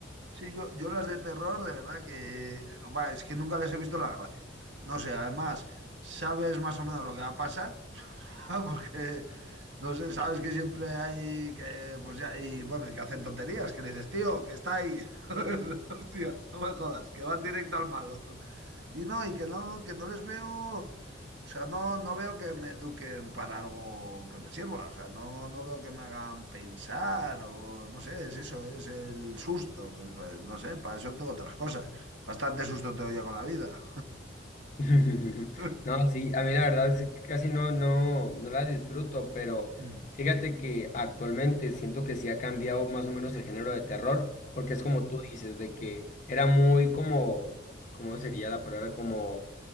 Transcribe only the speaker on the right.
Sí, yo, yo las de terror, de verdad que... va, es que nunca les he visto la gracia. No sé, además, sabes más o menos lo que va a pasar, <laughs> porque, no sé, sabes que siempre hay que... Pues ya, y bueno, y que hacen tonterías, que le dices, tío, que está ahí. <laughs> Hostia, no me jodas, que vas directo al malo. Y no, y que no, que no les veo... O sea, no, no veo que me eduquen para algo que me sirva. O sea, no, no veo que me hagan pensar o no sé, es eso, es el susto. Pues, pues, no sé, para eso tengo otras cosas. Bastante susto tengo ya con la vida.
<laughs>
Mm,
mm,